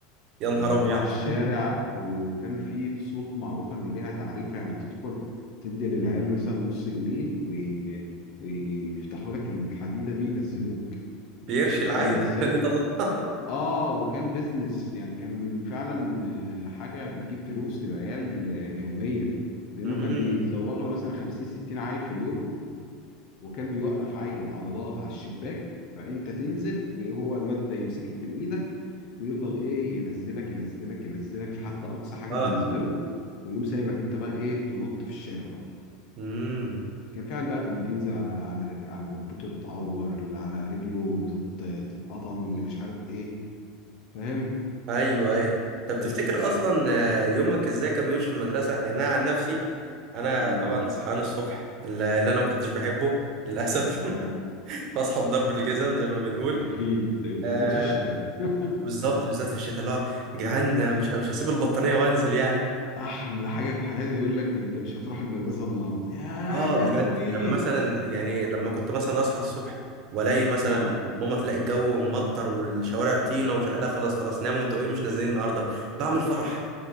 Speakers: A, on the right (about 50°); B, on the left (about 55°).
A: يا نهار
B: اللي
A: ابيض
B: هو على الشارع وكان في فصول معروفة إن ليها تعريفة يعني تدخل تدي للعيال مثلا نص جنيه وي- ويفتحوا لك الحديدة دي ينزلوك
A: بيرشي العيل
B: انت فاهم ازاي
A: عشان يطلعها
B: اه وكان بيزنس يعني كان فعلا آه، حاجه بتجيب فلوس للعيال آه، يوميا لانه
A: <laughs> امم
B: كان بيزوغ له مثلا 50 60 عيل في اليوم وكان بيوقف عيل عضلات على الشباك فانت تنزل وهو الواد ده يمسكك من ايدك ويفضل ايه ينزلك ينزلك ينزلك لحد اقصى حاجه
A: اه
B: بالنسبه له ويقوم سايبك انت بقى ايه تنط في الشارع بقى
A: امم
B: كان فعلا بقى اللي بينزل على على رج... على ركبته تتعور اللي على رجله تت... تتقطم اللي مش عارف ايه فاهم
A: ايوه ايوه طب
B: كانت
A: تفتكر اصلا آه، يومك ازاي كان بيمشي في المدرسه يعني انا عن نفسي انا
B: امم
A: طبعا صحيان الصبح اللي اللي انا ما كنتش بحبه للاسف
B: اه
A: <laughs> بصحى بضرب الجزم زي ما بنقول
B: اكيد أيوة، بالذات
A: آه
B: في الشتاء <laughs>
A: بالظبط بالذات في الشتاء اللي هو يا جدعان آه، مش مش هسيب البطانيه وانزل يعني
B: احلى حاجه في الحياه يقول لك انت مش هتروح المدرسه النهارده يا
A: اه
B: لهوي
A: بجد لما مثلا يعني لما كنت مثلا اصحى الصبح والاقي مثلا
B: اه
A: ماما تلاقي الجو ممطر والشوارع طينه ومش لا خلاص خلاص ناموا انتوا ايه مش نازلين النهارده بعمل فرح